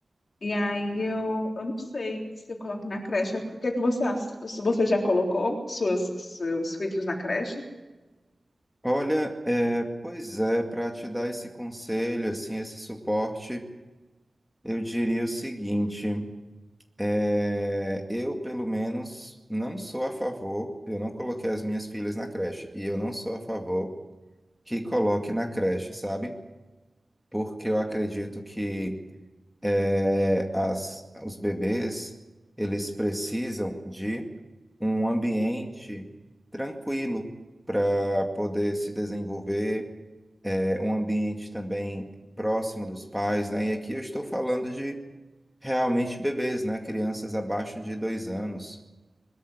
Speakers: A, on the left; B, on the left.
A: e aí eu, eu não sei se eu coloco na creche. O que é que você acha? Você já colocou suas, seus filhos na creche?
B: Olha, é, pois é, para te dar esse conselho, assim, esse suporte, eu diria o seguinte. É, eu, pelo menos, não sou a favor, eu não coloquei as minhas filhas na creche, e eu não sou a favor que coloque na creche, sabe? Porque eu acredito que é, as, os bebês, eles precisam de um ambiente tranquilo para poder se desenvolver, é, um ambiente também próximo dos pais, né? E aqui eu estou falando de realmente bebês, né? Crianças abaixo de dois anos.